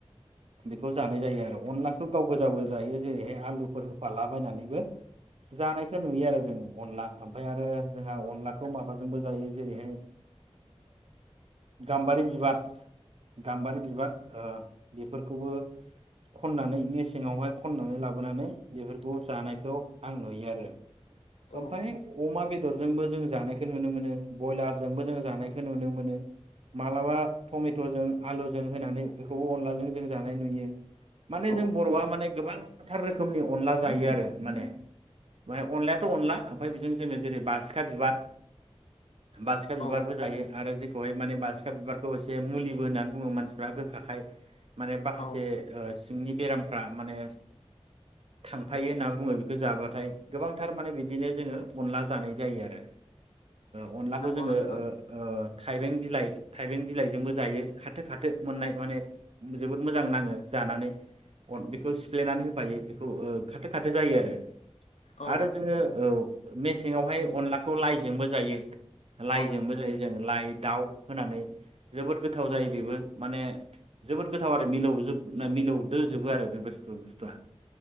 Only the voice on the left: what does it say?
औ
औ
औ
औ
नंगौ
नोंथां
औ
औ